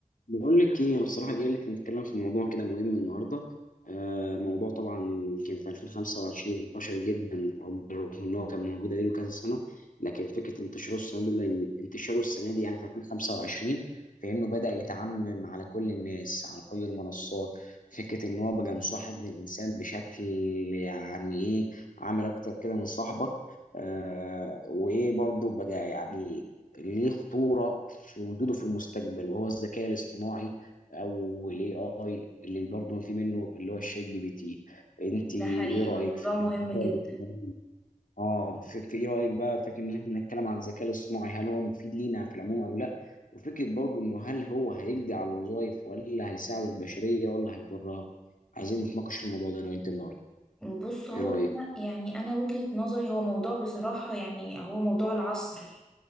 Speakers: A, on the left (about 75°); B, in the centre.
A: بقول لك ايه انا الصراحه جاي لك نتكلم في موضوع كده مهم النهارده آه موضوع طبعا كان في 2025 انتشر جدا رغم ان هو كان موجود بقاله كذا سنه لكن فكره انتشاره السنه دي لأن- انتشاره السنه دي يعني في 2025 فانه بدا يتعمم على كل الناس على كل المنصات فكره ان هو بقى مصاحب للانسان بشكل يعني ايه عامل اكتر كده من صاحبك آه وايه برضه بقى يعني ليه خطورة في وجوده في المستقبل وهو الذكاء الاصطناعي او الاي اي اللي برضه في منه اللي هو الشات جي بي تي انت
B: ده
A: ايه
B: حقيقي
A: رأيك
B: ده موضوع
A: في
B: مهم
A: الذكاء
B: جدا
A: الاصطناعي؟ اه في, في ايه رأيك بقى فكرة ان احنا نتكلم عن الذكاء الاصطناعي هل هو مفيد لينا في العموم او لا وفكرة برضه انه هل هو هيقضي على الوظائف ولا هيساعد البشرية ولا هيضرها عايزين نتناقش في الموضوع ده انا وانت النهارده
B: بص هو
A: ايه رأيك
B: أنا- يعني انا وجهة نظري هو موضوع بصراحة يعني هو موضوع العصر